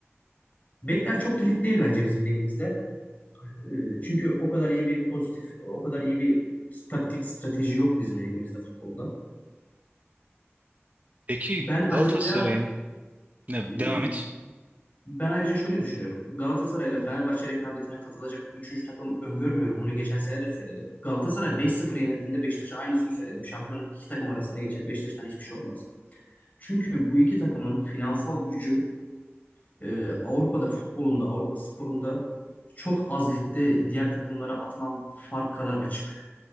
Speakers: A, on the left (about 35°); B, on the right (about 35°).
A: Bekler çok kilit değil bence bizim ligimizde. E, çünkü o kadar iyi bir pozitif, o kadar iyi bir taktik strateji yok bizim ligimizde futbolda.
B: Peki
A: Ben ayrıca
B: Galatasaray'ın ne
A: e,
B: devam et.
A: Ben ayrıca şöyle düşünüyorum. Galatasaray ile Fenerbahçe rekabetine katılacak bir üçüncü takım öngörmüyorum. Bunu geçen sene de söyledim. Galatasaray 5-0 yenildiğinde Beşiktaş'a aynısını söyledim. Şampiyonluk iki takım arasında geçer. Beşiktaş'tan hiçbir şey olmaz. Çünkü bu iki takımın finansal gücü e, Avrupa'da futbolunda, Avrupa sporunda çok az ligde diğer takımlara atılan fark kadar açık.